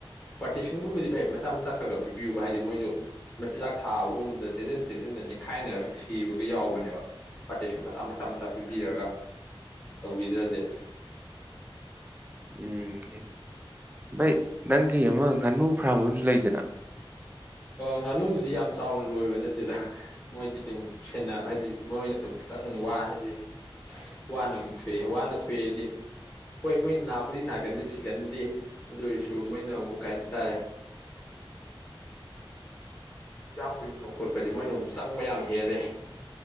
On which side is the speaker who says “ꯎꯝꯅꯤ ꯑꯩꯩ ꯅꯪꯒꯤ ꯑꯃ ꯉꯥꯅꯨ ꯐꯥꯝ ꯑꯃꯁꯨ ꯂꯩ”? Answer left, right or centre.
Right